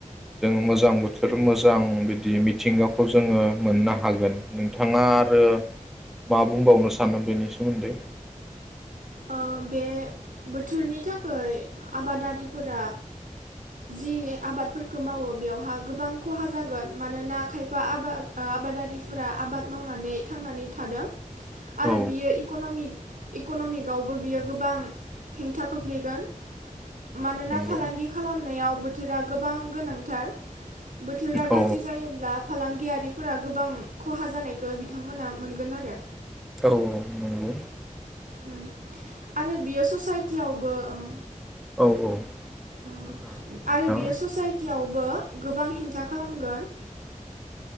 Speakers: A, in the centre; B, on the right.
A: जों मोजां बोथोर मोजां बिदि मिथिंगाख खौ जोङो मोननो हागोन नोंथाङा आरो मा बुंबावनो सानो बेनि सोमोन्दै?
B: ओ बे बोथोरनि थाखायै आबादारिफोरा जि आबादफोरखौ मावो बेयावहा गोबां खहा जागोन मानोना खायफा आबाद-आबादारिफोरा आबाद मावनानै थांनानै थादों ‌। आरो
A: औ
B: बियो इक'न'मिक इक'नमि यावबो बियो गोबां हेंथा खोख्लैगोन। मानोना
A: नंगौ
B: फालांगि खालामनायाव बोथोरा गोबां गोनांथार। बोथोरा गाज्रि
A: औ
B: जायोब्ला फालांगियारिफोरा गोबां खहा जानायखो बिथांमोना मोनगोन आरो।
A: औ औ नंगौ ‌।
B: उ। आरो बियो ससाइटियावबो ओं
A: औ औ
B: ओ
A: बुंनो हागोन नोंथाङा
B: आरो बियो ससाइटियाव बो गोबां हेंथा खालामगोन।